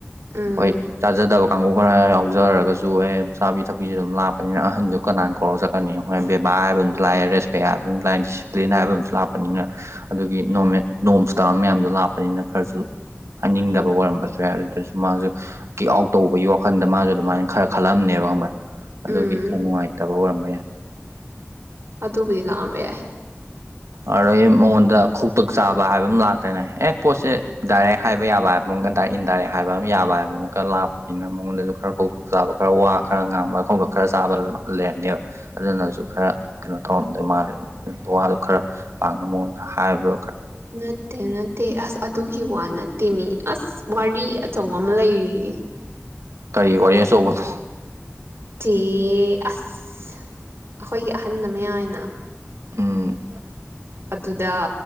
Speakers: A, on the right; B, on the right.
A: ꯎꯝ
B: ꯍꯣꯏ ꯆꯥꯖꯗꯕ ꯀꯥꯡꯕꯨ ꯈꯔ ꯌꯥꯎꯖꯔꯒꯁꯨ ꯆꯨꯑꯦꯝ ꯆꯥꯕꯤ ꯊꯛꯄꯤꯁꯦ ꯑꯗꯨꯝ ꯂꯥꯛꯄꯅꯤꯅ ꯑꯍꯟꯁꯨ ꯀꯅꯥꯏꯅ ꯀꯧꯔꯒ ꯆꯠꯀꯅꯤ ꯍꯣꯏ ꯕꯦꯕꯥꯔ ꯍꯥꯏꯕ ꯑꯝꯁꯨ ꯂꯥꯛꯑꯦ ꯔꯦꯁꯄꯦꯛ ꯍꯥꯏꯕ ꯑꯃꯝ ꯂꯥꯛꯑꯦ ꯗꯤꯁꯤꯄ꯭ꯂꯤꯟ ꯍꯥꯏꯕ ꯑꯝꯨ ꯂꯥꯛꯄꯅꯤꯅ ꯑꯗꯨꯒꯤ ꯅꯃꯦ ꯅꯣꯝꯁꯇ ꯃꯌꯥꯝꯗꯣ ꯂꯥꯛꯄꯅꯤꯅ ꯈꯔꯁꯨ ꯍꯥꯏꯅꯤꯡꯗꯕ ꯑꯣꯏꯔꯝꯕꯁꯨ ꯌꯥꯏ ꯑꯗꯨꯗꯁꯨ ꯃꯥꯁꯨ ꯀꯤꯛ ꯑꯥꯎꯠ ꯇꯧꯕꯒꯤ ꯋꯥꯈꯟꯗ ꯃꯥꯁꯨ ꯑꯗꯨꯃꯥꯏꯅ ꯈꯔ ꯈꯜꯂꯝꯅꯦꯕ ꯈꯪꯕ ꯑꯗꯨꯒꯤ
A: ꯎꯝ
B: ꯈꯔ ꯅꯨꯡꯉꯥꯏꯇꯦ ꯐꯠꯇꯕ ꯑꯣꯏꯔꯝꯕ ꯌꯥꯏ
A: ꯑꯗꯨꯕꯨꯗꯤ ꯂꯥꯛꯑꯝꯕ ꯌꯥꯏ
B: ꯑꯗꯨꯗꯒꯤ ꯃꯉꯣꯟꯗ ꯀꯣꯛꯇꯥꯛ ꯆꯥꯕ ꯍꯥꯏꯕ ꯑꯃ ꯂꯥꯛꯇ꯭ꯔꯅꯦ ꯑꯦ ꯄꯣꯠꯁꯦ ꯗꯥꯏꯔꯦꯛ ꯍꯥꯏꯕ ꯌꯥꯕ ꯍꯥꯏꯕ ꯑꯃꯀ ꯗꯥꯏꯔꯦꯛ ꯏꯟꯗꯥꯏꯔꯦꯛ ꯍꯥꯏꯕ ꯑꯃ ꯌꯥꯕ ꯍꯥꯏꯕ ꯑꯃꯛꯀ ꯂꯥꯛꯄꯅꯤꯅ ꯃꯉꯣꯟꯗꯁꯨ ꯈꯔ ꯀꯣꯛꯇꯥꯛ ꯆꯥꯕ ꯈꯔ ꯋꯥ ꯈꯔ ꯉꯥꯡꯕ ꯈꯧꯇꯛ ꯈꯔ ꯆꯥꯕ ꯂꯩꯔꯝꯅꯦꯕ ꯑꯗꯨꯅꯁꯨ ꯈꯔ ꯀꯩꯅꯣ ꯇꯧꯔꯝꯗꯣꯏ ꯃꯥꯜꯂꯦꯕ ꯋꯥꯗꯣ ꯈꯔ ꯄꯥꯛꯅ ꯃꯉꯣꯟꯗ ꯍꯥꯏꯕ
A: ꯅꯠꯇꯦ ꯅꯠꯇꯦ ꯑ ꯑꯗꯨꯒꯤ ꯋꯥ ꯅꯠꯇꯤꯃꯤ ꯑꯁ ꯋꯥꯔꯤ ꯑꯆꯧꯕ ꯑꯃ ꯂꯩꯔꯤꯌꯦ
B: ꯀꯔꯤ ꯑꯣꯏꯌꯦ ꯁꯣꯅ
A: ꯆꯦ ꯑꯁ ꯑꯩꯈꯣꯏꯒꯤ ꯑꯍꯟ ꯃꯌꯥꯅ
B: ꯎꯝ
A: ꯑꯗꯨꯗ